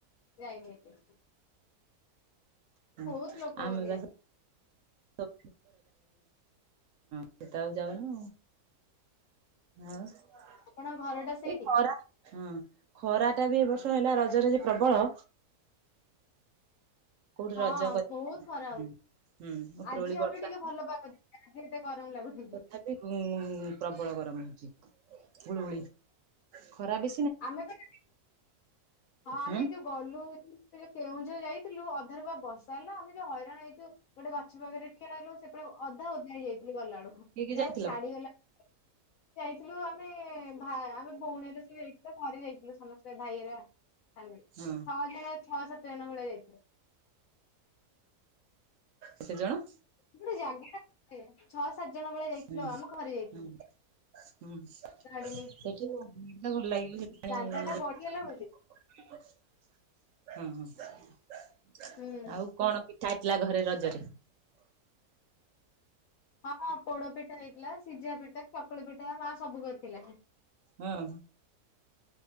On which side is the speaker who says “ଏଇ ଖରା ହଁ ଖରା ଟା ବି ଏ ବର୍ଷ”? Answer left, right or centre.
Right